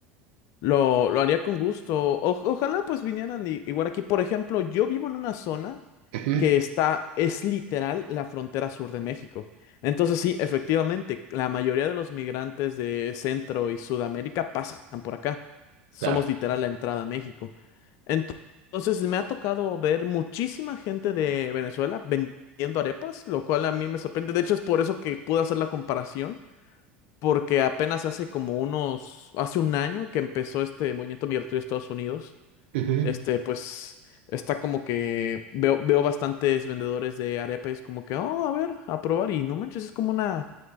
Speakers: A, on the left; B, on the right.
A: Lo, lo haría con gusto. O- ojalá pues vinieran i- igual aquí. Por ejemplo, yo vivo en una zona.
B: Ujú.
A: que está, es literal la frontera sur de México. Entonces sí, efectivamente, la mayoría de los migrantes de Centro y Sudamérica pasan por acá. Somos
B: Claro.
A: literal la entrada a México. Ento- Entonces me ha tocado ver muchísima gente de Venezuela vendiendo arepas, lo cual a mí me sorprende. De hecho, es por eso que pude hacer la comparación, porque apenas hace como unos, hace un año que empezó este movimiento migratorio de Estados Unidos
B: Ujú,
A: este, pues está como que veo, veo bastantes vendedores de arepa y es como que, oh, a ver, a probar y no manches, es como una